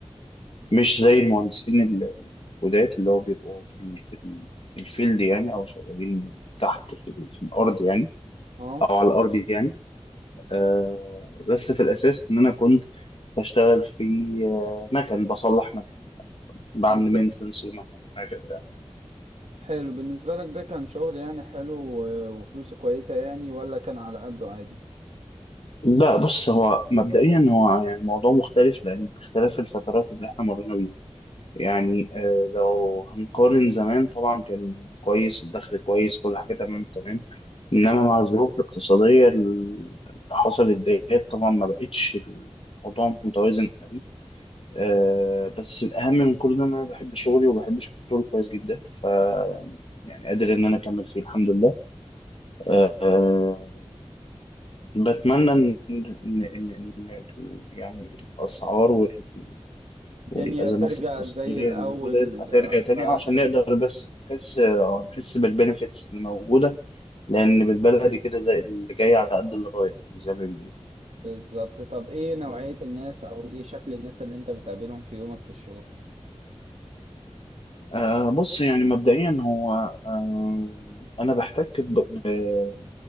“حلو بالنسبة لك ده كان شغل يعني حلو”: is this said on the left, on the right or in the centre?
Right